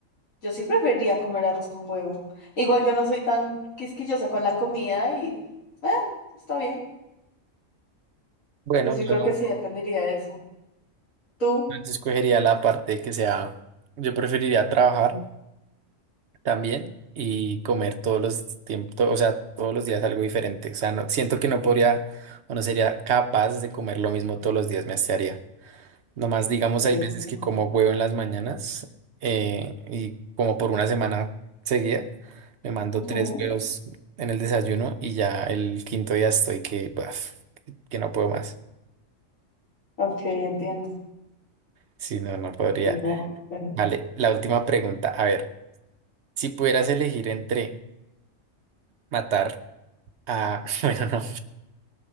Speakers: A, on the left (about 80°); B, on the right (about 60°).
A: Yo sí preferiría comer arroz con huevo. Igual yo no soy tan quisquillosa con la comida y eh, está bien.
B: bueno,
A: Entonces yo
B: yo,
A: creo
B: no,
A: que sí dependería de eso. ¿Tú?
B: yo escogería la parte que sea, yo preferiría trabajar también y comer todos los tiempos, o sea, todos los días algo diferente. O sea, no, siento que no podría o no sería capaz de comer lo mismo todos los días, me hastiaría. Nomás, digamos,
A: Ok, ok.
B: hay veces que como huevo en las mañanas eh, y como por una semana seguida, me mando
A: Ujú.
B: tres huevos en el desayuno y ya el quinto día estoy que, baf, que no puedo más.
A: Ok, entiendo.
B: Si no, no podría.
A: Ok, ver- ver.
B: Vale, la última pregunta. A ver, si pudieras elegir entre matar a... <laughs> Bueno, no.